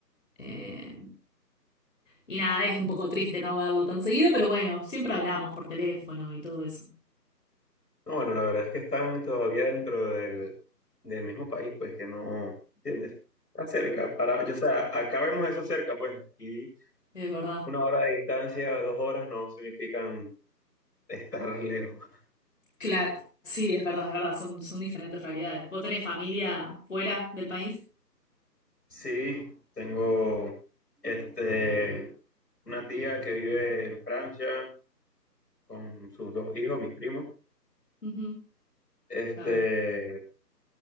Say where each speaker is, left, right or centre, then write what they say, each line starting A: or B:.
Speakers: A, on the left; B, on the left.
A: Eh, Y nada, es un poco triste no verlo tan seguido, pero bueno, siempre hablamos por teléfono y todo eso.
B: No, bueno, la verdad es que están todavía dentro del, del mismo país, pues que no, ¿entiendes? Está cerca, para, yo, o sea, acá vemos eso cerca, pues aquí
A: Es verdad.
B: una hora de distancia, dos horas no significan estar lejos.
A: Claro, sí, es verdad, es verdad, son, son diferentes realidades. ¿Vos tenés familia fuera del país?
B: Sí, tengo este, una tía que vive en Francia con sus dos hijos, mis primos.
A: Ujú,
B: Este,
A: Claro.